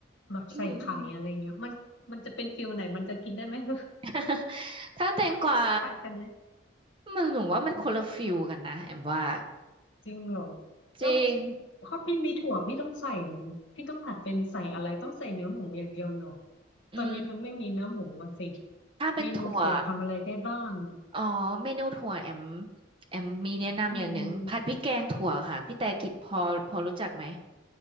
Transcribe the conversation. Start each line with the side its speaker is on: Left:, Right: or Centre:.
Left: แบบใส่ไข่อะไรเงี้ยมันมันจะเป็นฟิลไหนมันจะกินได้ไหม
Right: อืม
Left: <laughs>
Right: <laughs> ถ้าแตงกวา
Left: มันจะขายกันไหม
Right: มันหนูว่ามันคนละฟิลกันนะแอมว่า
Left: จริงเหรอแล้ว
Right: จริง
Left: พอพี่มีถั่วพี่ต้องใส่พี่ต้องผัดเป็นใส่อะไรต้องใส่เนื้อหมูอย่างเดียวเหรอ
Right: อืม
Left: ตอนนี้มันไม่มีเนื้อหมูอะสิ
Right: ถ้าเป็นถั่ว
Left: เมนูถั่วทำอะไรได้บ้างอะ
Right: อ๋อเมนูถั่วแอมแอมมีแนะนำอย่างหนึ่งผัดพริกแกงถั่วค่ะพี่แต่กิจพอพอรู้จักไหม
Left: อืม